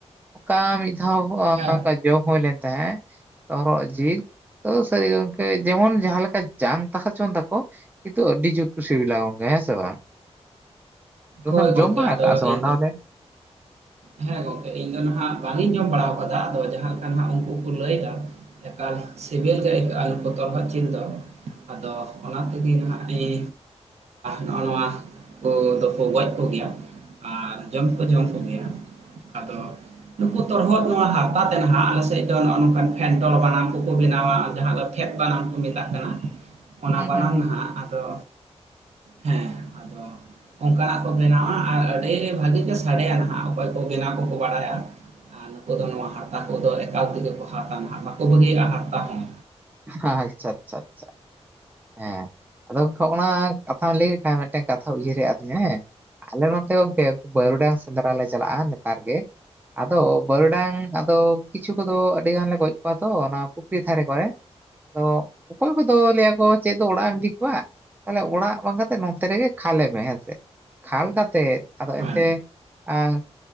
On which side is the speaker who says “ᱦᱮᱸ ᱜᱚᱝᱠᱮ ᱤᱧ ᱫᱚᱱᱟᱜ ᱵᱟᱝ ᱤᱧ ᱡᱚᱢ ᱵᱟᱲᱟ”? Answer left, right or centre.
Right